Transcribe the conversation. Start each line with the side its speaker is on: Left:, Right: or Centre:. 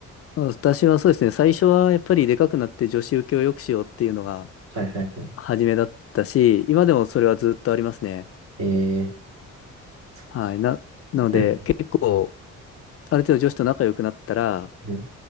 Left: 私はそうですね、最初はやっぱりでかくなって女子受けを良くしようっていうのが
Right: はいはいはい。
Left: 初めだったし、今でもそれはずっとありますね。
Right: ええ、そっか。
Left: はい。な、なので、
Right: うん、
Left: 結構、ある程度女子と仲良くなったら、
Right: うん。